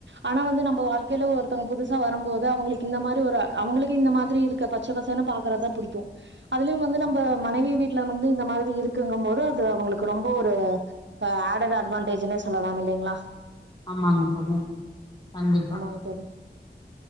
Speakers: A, on the right (about 80°); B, on the left (about 25°).
A: ஆனா வந்து நம்ம வாழ்க்கையில ஒருத்தவுங்க புதுசா வரும்போது அவுங்களுக்கு இந்த மாரி ஒரு அவுங்களுக்கு இந்த மாதிரி இருக் ங்க பச்ச பசனு பக்கறதுதா புடிக்கு அதுலயு வந்து நம்ம மனைவி வீட்ல வந்து இந்த மாதிரி இப்டி இருக்குங்கம் போது அது அவுங்களுக்கு ரொம்ப ஒரு அ ஆட்டடு அட்வான்டேஜுனே சொல்லலாம் இல்லேங்ளா
B: ஆமாங்க சொல்வோ கண்டிப்பா
A: அத்தாடி